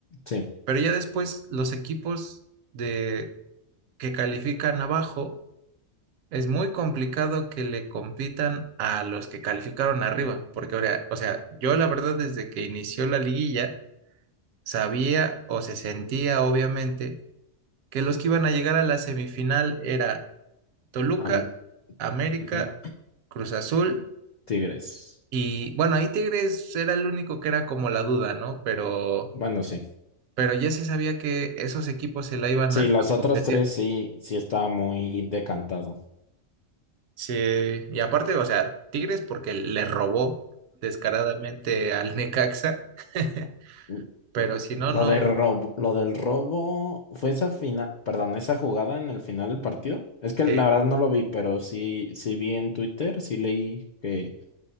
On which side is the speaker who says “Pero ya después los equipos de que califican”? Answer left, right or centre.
Right